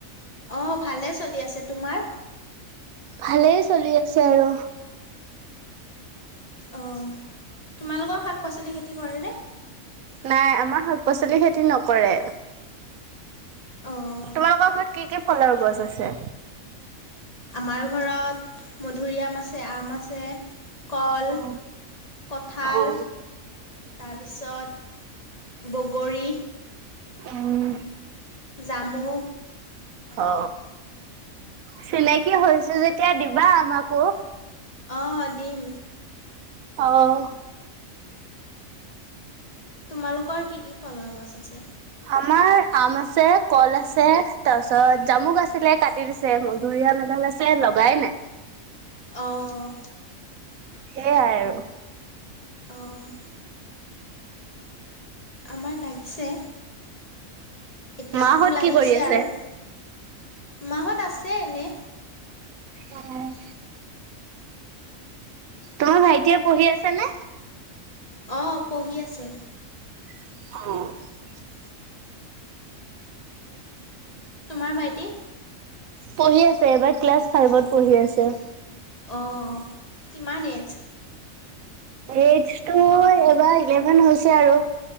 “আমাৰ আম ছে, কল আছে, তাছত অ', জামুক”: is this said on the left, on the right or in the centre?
Right